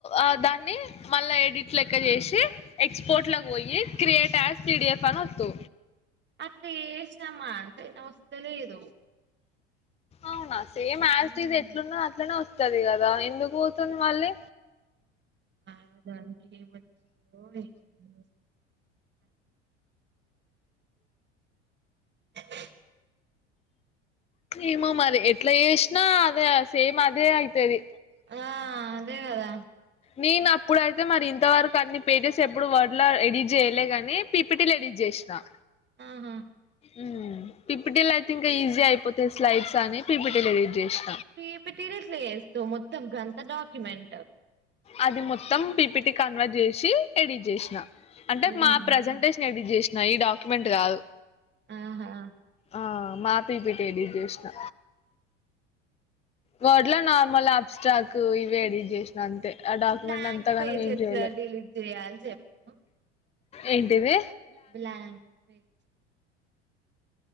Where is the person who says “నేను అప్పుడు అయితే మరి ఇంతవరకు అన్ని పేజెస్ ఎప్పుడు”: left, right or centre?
Left